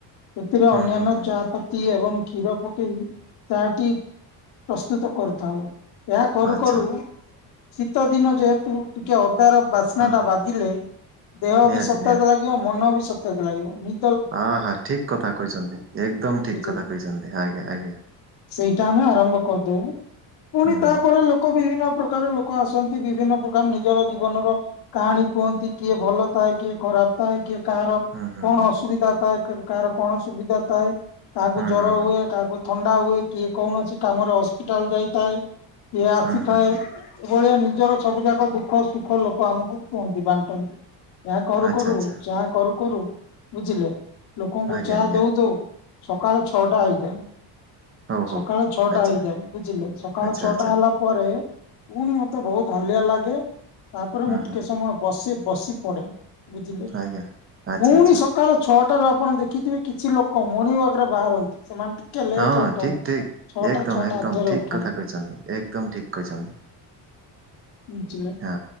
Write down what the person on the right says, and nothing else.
ହୁଁ
ହୁଁ ହୁଁ
ଆଚ୍ଛା
ହଁ
ନିହାତି
ଆହା ଠିକ କଥା କହିଚନ୍ତି ଏକଦମ ଠିକ୍
କଥା କହିଚନ୍ତି ଆଜ୍ଞା ଆଜ୍ଞା।
ହୁଁ
ହୁଁ।
ହୁଁ ହୁଁ
ହୁଁ
ହୁଁ
ହୁଁ ହୁଁ
ହୁଁ ହୁଁ ହୁଁ
ଆଚ୍ଛା
ଆଚ୍ଛା
ଆଜ୍ଞା
ଆଜ୍ଞା
ହଉ ହଉ।
ଆଚ୍ଛା
ଆଚ୍ଛା
ଆଚ୍ଛା
ହୁଁ
ହୁଁ
ଆଜ୍ଞା ଆଚ୍ଛା
ଆଚ୍ଛା
ହଁ
ଠିକ ଠିକ
ଏକଦମ
ଏକଦମ
ଠିକ
କଥା କହିଚନ୍ତି ଏକଦମ ଠିକ କହିଚନ୍ତି।
ହଁ